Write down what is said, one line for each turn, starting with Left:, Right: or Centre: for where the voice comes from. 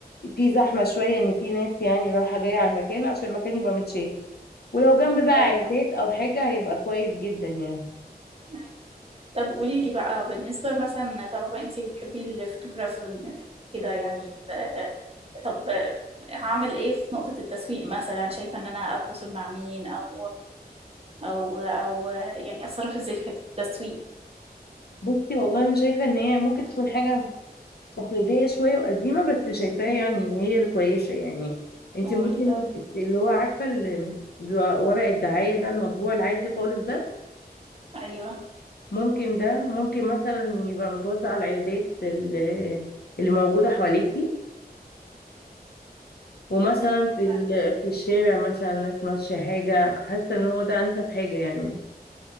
Left: في زحمة شوية إن في ناس يعني رايحة جاية على المكان عشان المكان يبقى متشاف ولو جنب بقى
Right: ايوه
Left: عيادات أو حاجة هيبقى كويس جدا يعني
Right: ايوه طب قولي لي بقى بالنسبه مثلا طالما انتي بتحبي الفوتوغرافي كده يعني ال- طب هعمل ايه في نقطه التسويق مثلا شايفه ان انا اتواصل مع مين او او او يعني اتصرف ازاي في حته التسويق
Left: بصي والله أنا شايفة إن هي ممكن تكون حاجة تقليدية شوية وقديمة بس شايفاها يعني إن هي الكويسة يعني أنت
Right: قولي
Left: ممكن
Right: طيب
Left: اللي هو عارفة اللي اللي ورق الدعاية ده المطبوع العادي خالص ده
Right: ايوه
Left: ممكن ده ممكن مثلا يبقى متوزع على العيادات ال- اللي موجودة حواليكي ومثلا في ال-
Right: ايوه
Left: في الشارع مثلا ناس ماشية حاجة حاسة ان هو ده انسب حاجة يعني